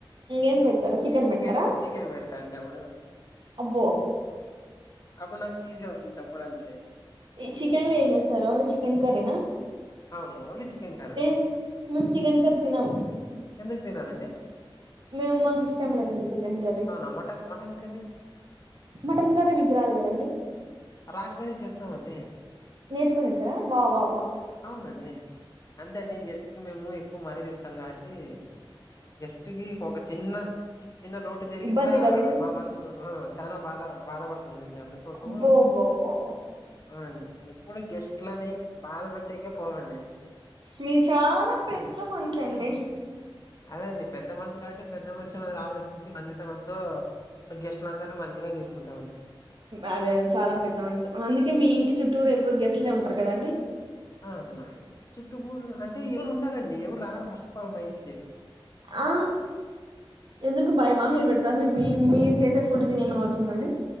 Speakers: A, on the right; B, on the left.
A: ఏం పెడతారు పెడతారా
B: చికెన్ చికెన్ పెడుతాంట అప్పుడు
A: అబ్బో
B: అపుడు నాకి ఇజీ అవుతుంది చెప్పడానికి
A: ఈ చికెన్ లో ఏం చేస్తారు ఓన్లీ చికెన్ కర్రీనా
B: అవును ఓన్లీ చికెన్ కర్రీ
A: నేన్ నే చికన్ కర్రీ తినం
B: ఎందుకు తినరండి
A: మేమ్ మాకి ఇష్టం లేదండి చికెన్ కర్రీ
B: అవునా mutton mutton curry
A: mutton curry మీకు రాదు కదండి
B: రాకపోయినా చేస్తామండి
A: నేర్చుకొని చేస్తారా వావ్ వావ్
B: అవునండి అంతే అండి గెస్ట్ కి మేము ఎక్కువ మరది ఇస్తాం కాబట్టి గెస్ట్ కి ఒక చిన్న చిన్న లోటు జరిగినా
A: ఇబ్బంది కలిగి
B: మా మనసు చాలా బాధ బాధ పడుతుందండి అందు కోసము
A: అబ్బో అబ్బో అబ్బో అబ్బో
B: అవునండి ఎప్పుడు గెస్ట్లని బాధ పెెట్టేకే పోమండి
A: మీ చాలా పెద్ద మనసు అండి
B: అదేండి పెద్ద మనిషి కాబట్టి పెద్ద మనిషి మీద ఆలోచించి మంచితనంతో గెస్ట్ల అందరినీ మంచిగా చూసుకుంటామండి
A: అదే అది చాలా పెద్ద మంచిం అందుకే మీ ఇంటి చుట్టూరు ఎప్పుడు గెస్ట్లే ఉంటారు కదండి
B: ఆ నా ఇంటి చుట్టుపూడు అంటే ఎవరు ఉన్నారండి ఎవరు రారు ఫస్ట్ ఆఫ్ ఆల్ మా ఇ
A: ఆ ఎందుకు భయమా <unintelligible> మీ మీ మీరూ చేసే ఫుడ్ ఏమైనా వచ్చిందని